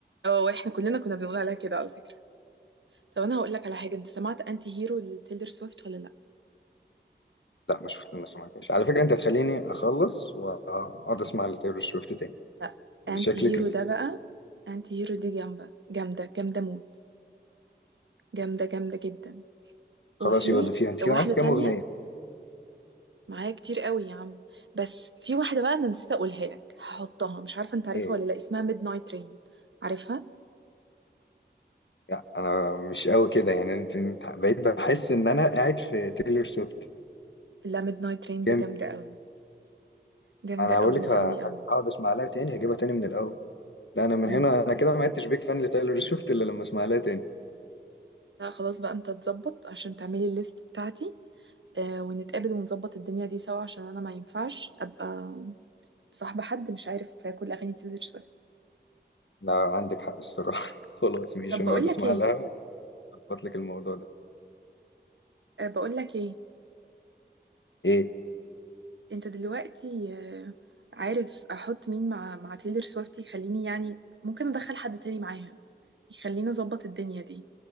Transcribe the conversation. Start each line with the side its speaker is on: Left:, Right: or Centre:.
Right: اه احنا كلنا كنا بنقول عليها كده على فكرة طب انا هقول لك على حاجة انت سمعت انتي هيرو لتيلر سويفت ولا لا
Left: لا ما شفت ما سمعتهاش على فكرة انت هتخليني اخلص واقعد اسمع لتايلور سويفت تاني
Right: لا انتي
Left: ان شكلك
Right: هيرو
Left: انت
Right: ده بقى انتي هيرو دي جامدة جامدة جامدة موت جامدة جامدة جدا وفي
Left: خلاص يبقى دو فيها انت كده
Right: واحدة
Left: معاكي
Right: تانية
Left: كام اغنية؟
Right: معايا كتير قوي يا عم بس في واحدة بقى انا نسيت اقولها لك هحطها مش عارفة انت عارفها
Left: إيه؟
Right: ولا لا اسمها ميد نايت رين عارفها
Left: لا انا مش قوي كده يعني انت انت بقيت بحس ان انا قاعد في تايلور سويفت
Right: لا ميد نايت رين دي
Left: جامد
Right: جامدة قوي جامدة
Left: انا
Right: قوي
Left: هقول لك ه-
Right: قوي قوي
Left: هقعد اسمع لها تاني هجيبها تاني من الاول لا انا من
Right: مم.
Left: هنا انا كده ما عدتش بيك فان لتايلور سويفت الا لما اسمع لها تاني
Right: لا خلاص بقى انت تظبط عشان تعملي الليست بتاعتي آه ونتقابل ونظبط الدنيا دي سوا عشان انا ما ينفعش ابقى صاحبة حد مش عارف كل اغاني تيلور سويفت
Left: لا عندك حق الصراحه <laughs> خلاص ماشي
Right: طب بقول
Left: نقعد اسمع
Right: لك ايه
Left: لها واظبط لك الموضوع ده
Right: آه بقول لك ايه
Left: ايه
Right: انت دلوقتي آه عارف احط مين مع مع تيلور سويفت يخليني يعني ممكن ادخل حد تاني معاها يخليني اظبط الدنيا دي